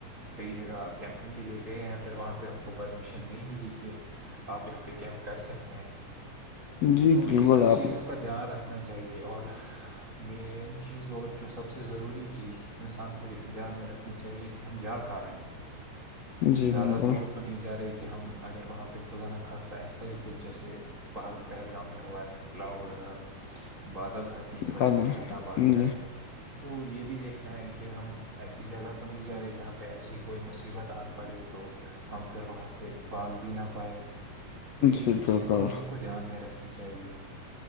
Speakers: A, on the right; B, on the left.
A: کئی جگہ کیمپنگ کے لیے گئے ہیں پھر وہاں پہ ہم کو پرمیشن نہیں ملی کہ آپ یہاں پہ کیمپ کر سکتے ہیں
B: جی
A: تو
B: بالکل
A: یہ سب چیزوں
B: آپ
A: کا دھیان رکھے <inaudible> نا چاہیے اور مین چیز جو سب سے ضروری <inaudible> انسان کو دھیان میں رکھنا چاہیے کہ ہم جا کہاں رہے ہیں
B: جی
A: زیادہ
B: بالکل
A: دور تو نہیں جا رہے کہ ہم اگر وہاں پہ خدا نخواستہ ایسا ہی کچھ جیسے پل پہلگام میں ہوا ہے کلاؤڈ بادل پھٹ
B: بات-
A: کی وجہ سے سیلاب <inaudible>
B: جی
A: گیا ہے تو یہ بھی دیکھ دیھکنا ہے کہ ہم ایسی جگہ تو نہیں جا رہے جہاں پہ ایسی کوئی مصیبت آن پڑے تو ہم پھر وہاں سے باغ بھی نہ پائے تو یہ
B: جی
A: سب چیزیں
B: بالکل
A: انسان کو کو دھیان میں رکھنی چاہیے